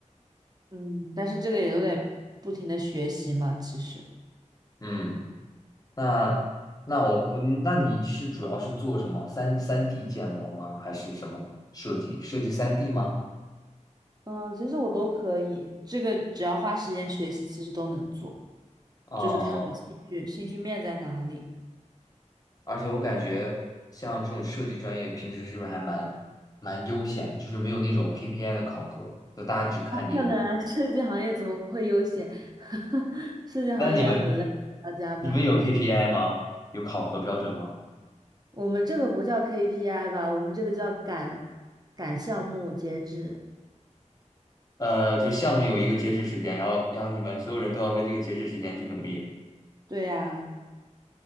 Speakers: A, on the right (about 30°); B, on the left (about 30°).
A: 嗯，但是这个也都得不停的学习嘛，其实。
B: 嗯，那那我我那你是主要是做什么？三三 D 建模吗？还是什么设计？设计三 D 吗？
A: 嗯，其实我都可以，这个只要花时间学习，其实都能做，
B: 哦、
A: 就是看我兴趣兴趣面在哪里。
B: 而且我感觉像这种设计专业，平时是不是还蛮蛮悠闲的，就是没有那种 KPI 的考核，就大家只看灵感。
A: 那看的啊，设计行业怎么会悠闲？<laughs> 设计行业很累，
B: 那你们
A: 还要加班呢。
B: 你们有 KPI 吗？有考核标准吗？
A: 我们这个不叫 KPI 吧，我们这个叫赶赶项目截止。
B: 呃，就项目有一个截止时间，然后然后你们所有人都要为这个截止时间去努力。
A: 对呀，